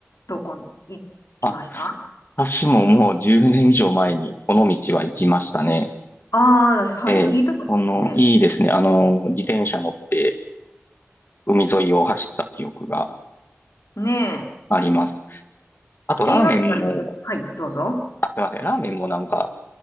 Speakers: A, on the left; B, on the left.
A: どこに行きましたあ
B: あ、私ももう10年以上前にこの道は行きましたね。
A: あー、はい、
B: ええ、
A: いいとこですよね。
B: この、いいですね。あの、自転車乗って海沿いを走った記憶が
A: ね
B: あります。あと、
A: え、
B: ラーメンも、
A: 映画とかに行く、はい、どうぞ。
B: あ、すいません。ラーメンもなんか、